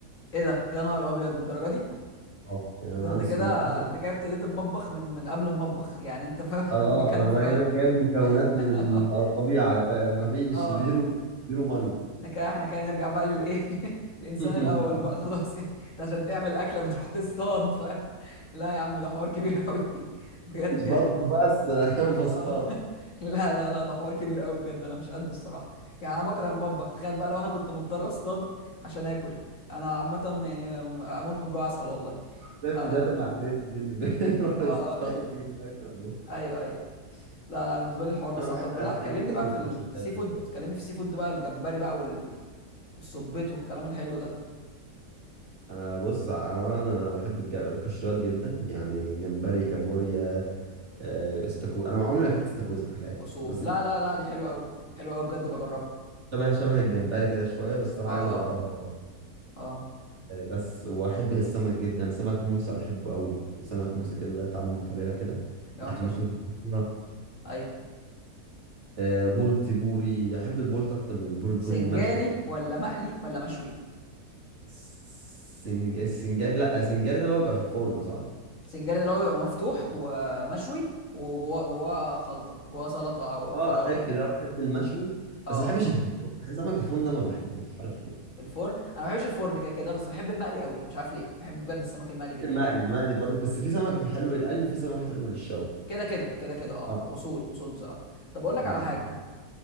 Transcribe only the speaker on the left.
ايه ده يا نهار ابيض للدرجة دي
ده
انت
كده
انت كده ابتديت المطبخ من من قبل المطبخ يعني انت فاهم <laughs> إحنا
كنا بنتكلم
في
الاول
<laughs>
اه
احنا كده احنا كده نرجع بقى للايه <laughs> الانسان
الاول بقى خلاص <laughs> يعني انت عشان تعمل اكله بتروح تصطاد فاهم لا يا عم ده حوار كبير قوي <laughs> بجد
يعني
اه <laughs> لا لا لا ده حوار كبير قوي بجد انا مش قده الصراحه يعني انا بكره المطبخ تخيل بقى لو انا كنت مضطر اصطاد عشان اكل انا عامه يعني اموت من الجوع اسهل والله
لا
لا
اه
<laughs> ايوه ايوه لا لا بالنسبه لي الحوار ده
صعب
طب
لا كلمني
بقى
في السي
فود كلمني في السي فود بقى الجمبري بقى وال... والسبيط والكلام الحلو ده
اصول
لا لا لا دي حلوه قوي حلوه قوي بجد بجربها
اه
اه اه
جامد
فشخ
ايوه
سنجاري
ولا مقلي ولا مشوي
سنجاري ده اللي هو بيبقى مفتوح ومشوي وجواه جواه خلطه جواه سلطه او
خضار
يعني
اه
الفرن انا ما بحبش الفرن كده كده بس بحب المقلي قوي مش عارف ليه بحب بجد السمك المقلي جدا
كده كده كده كده اه
اصول اصول بصراحه طب اقول لك
على حاجه